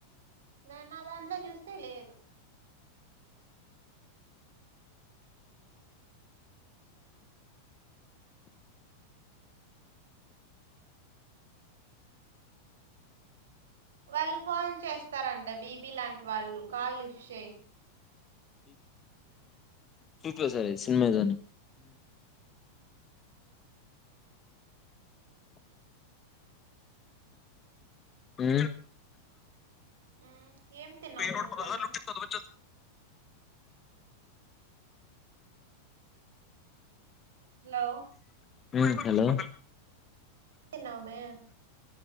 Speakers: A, on the right; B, on the left.
A: నేన్న దాంట్లో చూస్తే లేదు వాళ్ళు ఫోన్ చేస్తారంట. బీబీ లాంటి వాళ్ళు కాల్ లిఫ్ట్ చేయి.
B: చూప సారు సినిమాదోని ఏ
A: ఉమ్ ఏం తిన్నావు
B: వెయ్యి నూట
A: పొద్దున
B: పదహార్లు ఉంటే చదవన్ చ్చ
A: హలో
B: ఉ హలో
A: న్నావ మే